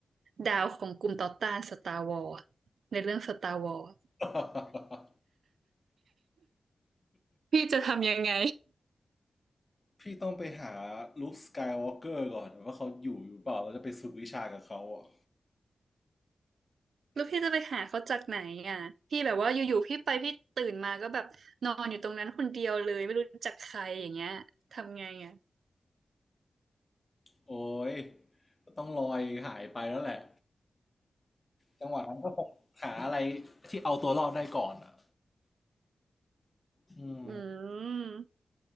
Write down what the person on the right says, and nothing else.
ดาวของกลุ่มต่อต้านสตาร์วอร์ในเรื่องสตาร์วอร์
พี่จะทำยังไง
แล้วพี่จะไปหาเขาจากไหนอ่ะ พี่แบบว่าอยู่ๆพี่ไปพี่ตื่นมาก็แบบนอนอยู่ตรงนั้นคนเดียวเลยไม่รู้จักใครอย่างเงี้ยทำไงอ่ะ
อืม